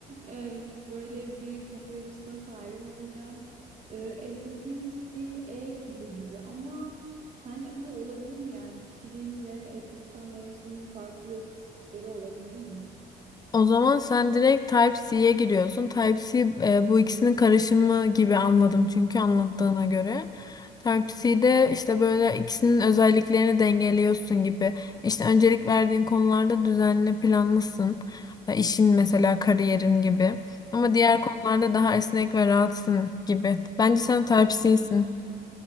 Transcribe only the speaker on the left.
O zaman sen direkt Type-C'ye giriyorsun. Type-C e, bu ikisinin karışımı gibi anladım çünkü anlattığına göre. Type-C'de işte böyle ikisinin özelliklerini dengeliyorsun gibi. İşte öncelik verdiğin konularda düzenli planlısın. E, işin mesela kariyerin gibi. Ama diğer
konularda daha esnek ve rahatsın gibi. Bence sen Type-C'sin.